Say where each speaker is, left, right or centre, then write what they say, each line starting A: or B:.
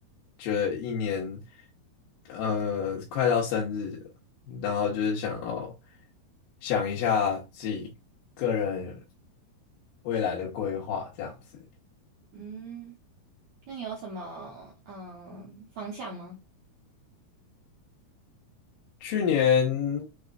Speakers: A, on the left; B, on the right.
A: 觉得一年，呃，快到生日了然后就是想要想一下自己个人未来的规划这样子。
B: 嗯，那你有什么嗯方向吗？
A: 去年